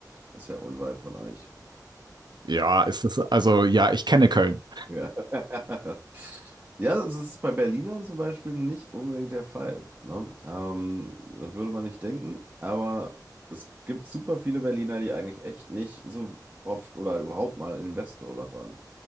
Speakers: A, on the right; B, on the right.
A: Das ist ja unweit von euch.
B: Ja, ist das, also ja, ich kenne Köln.
A: Ja. <laughs> Ja, das ist bei Berlinern zum Beispiel nicht unbedingt der Fall. Ne? Ähm, da würde man nicht denken, aber es gibt super viele Berliner, die eigentlich echt nicht so oft oder überhaupt mal in den Westen rüberfahren.